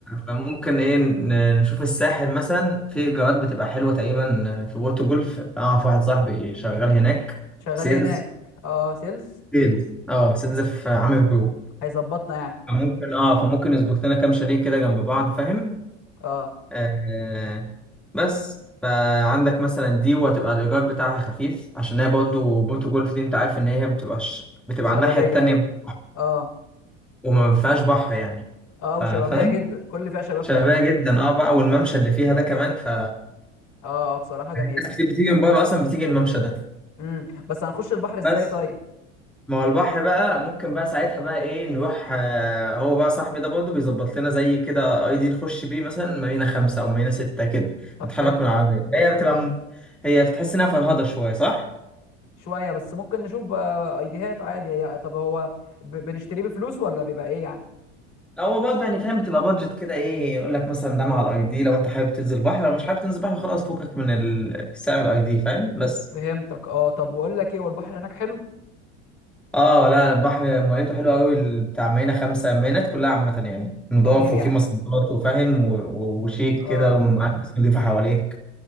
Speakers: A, in the centre; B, on the left.
A: فممكن ايه ن- نشوف الساحل مثلا في ايجارات بتبقى حلوة تقريبا في بورتو جولف اعرف واحد صاحبي شغال هناك
B: شغال
A: سيلز
B: إيه هناك اه سيلز
A: سيلز اه سيلز في عامل جروب
B: هيظبطنا يعني
A: فممكن اه فممكن يظبط لنا كام شاليه كده جنب بعض فاهم
B: اه
A: آه بس فعندك مثلا دي وهتبقى الايجار بتاعها خفيف عشان هي برضه بورتو جولف دي انت عارف ان هي بتبقاش بتبقى
B: شبابيه
A: على الناحيه التانيه
B: جدا اه
A: وما فيهاش بحر يعني
B: اه وشبابيه
A: ف- فاهم
B: جدا كل اللي فيها شباب
A: شبابيه
B: تقريبا
A: جدا اه بقى والممشى اللي فيها ده كمان ف
B: اه اه بصراحه جميله
A: ناس كتير بتيجي من بره اصلا بتيجي الممشى ده
B: امم بس هنخش البحر ازاي
A: بس
B: طيب
A: ما هو البحر بقى ممكن بقى ساعتها بقى ايه نروح آه، هو بقى صاحبي ده برضه بيظبط لنا زي كده اي دي نخش بيه مثلا مارينا خمسة او مارينا ستة كده
B: طب
A: نتحرك
B: حلو
A: من العربية هي بتبقى م- هي بتحس انها فرهضة شوية صح؟
B: شويه بس ممكن نشوف آه، ايديهات عادي هي طب هو ب... بنشتريه بفلوس ولا بيبقى ايه يعني
A: هو برضه يعني فاهم بتبقى بادجت كده ايه يقول لك مثلا ده مع الاي دي لو انت حابب تنزل بحر لو مش حابب تنزل بحر خلاص فكك من ال- سعر الاي دي فاهم بس
B: فهمتك اه طب بقول لك ايه والبحر هناك حلو
A: اه لا البحر ميته حلوه قوي ال- بتاع مارينا خمسة مارينات كلها عامة يعني نضاف
B: خطير يعني
A: وفي مصدات وفاهم و- و- وشيك
B: اه
A: كده ومعاك ناس نضيفة حواليك